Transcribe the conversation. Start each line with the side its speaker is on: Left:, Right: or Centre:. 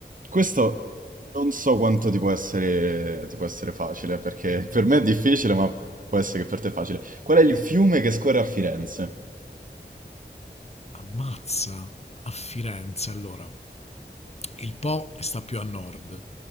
Right: questo non so quanto ti può essere, ti può essere facile, perché per me è difficile, ma può essere che per te è facile. Qual è il fiume che scorre a Firenze?
Left: Ammazza! A Firenze, allora. Il Po sta più a nord,